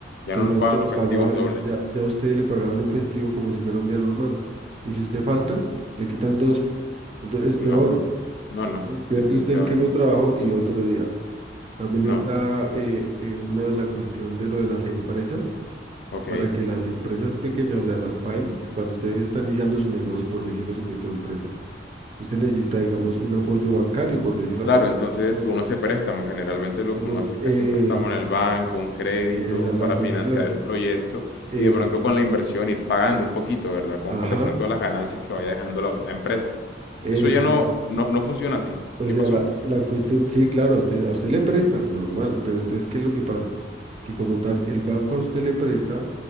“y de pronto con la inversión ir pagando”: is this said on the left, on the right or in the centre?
Left